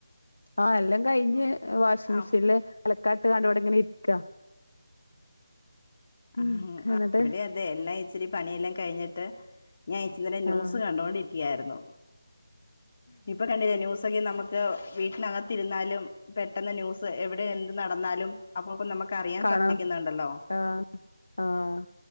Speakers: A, on the left; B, on the left.
A: ആ എല്ലാം കഴിഞ്ഞ് വാഷിംങ്
B: ആ
A: മെഷീനില് അലക്കാട്ടിങ്ങാണ്ട് ഇവടെ ഇങ്ങനെ ഇരിക്കാ
B: ആ
A: ഉം എന്നിട്ട്
B: ഇവടെ അതെ എല്ലാം ഇച്ചിരി പണിയെല്ലാം കഴിഞ്ഞിട്ട് ഞാ ഇങ്ങനെ ന്യൂസ്
A: ആഹ്
B: കണ്ടൊണ്ടിരിക്കുകയായിരുന്നു ഇപ്പ കണ്ടിലെ ന്യൂസ് നമുക്ക് വീട്ടിനകത്തിരുന്നാലും പെട്ടെന്ന് ന്യൂസ് എവിടെ എന്ത് നടന്നാലും അപ്പപ്പൊ നമുക്ക് അറിയാൻ
A: കാണാം
B: സാധിക്കുന്നുണ്ടല്ലോ
A: ആഹ് ആഹ്